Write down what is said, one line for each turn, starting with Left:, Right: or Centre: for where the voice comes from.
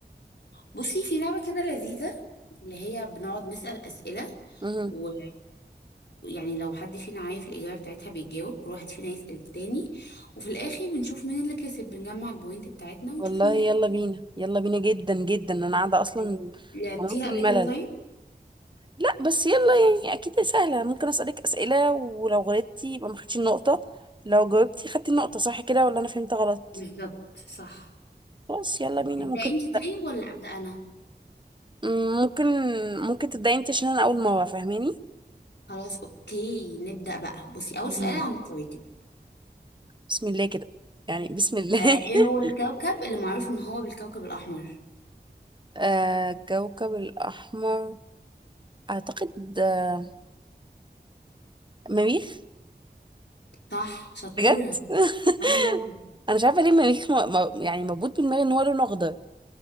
Left: بصي في لعبة كده لذيذة اللي هي بنقعد نسأل أسئلة
Right: مم.
Left: و يعني لو حد فينا عارف الإجابة بتاعتها بيتجاوب كل واحد فينا يسأل التاني وفي الآخر بنشوف مين اللي كسب بنجمع البوينت بتاعتنا ونشوف
Right: والله
Left: مين اللي
Right: يلا بينا يلا بينا جدا جدا أنا قاعدة أصلا
Left: كسب لعبتيها
Right: هموت من
Left: قبل
Right: الملل
Left: كده طيب؟
Right: لا بس يلا يعني أكيد سهلة ممكن أسألك أسئلة ولو غلطتي يبقى ما خدتش النقطة لو جاوبتي خدتي النقطة صح كده ولا أنا فهمت غلط
Left: بالظبط صح
Right: خلاص يلا بينا
Left: تبدأي
Right: ممكن
Left: انت طيب ولا أبدأ أنا؟
Right: مم، ممكن ممكن تبدأي انت عشان انا اول مرة فاهماني
Left: خلاص أوكي نبدأ بقى بصي أول
Right: مم.
Left: سؤال عن الكواكب
Right: بسم الله كده يعني بسم الله
Left: آه إيه
Right: <laughs>
Left: هو الكوكب اللي معروف إن هو بالكوكب الأحمر؟
Right: آه الكوكب الأحمر أعتقد آه، مريخ
Left: صح شطورة
Right: بجد <laughs>
Left: الله
Right: أنا مش عارفة ليه مريخ م... م... يعني مربوط بدماغي إن هو لونه أخضر